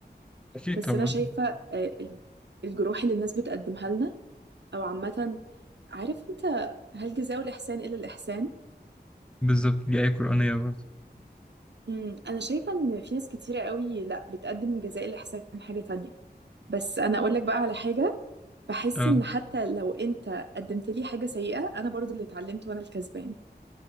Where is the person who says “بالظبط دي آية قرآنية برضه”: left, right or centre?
Centre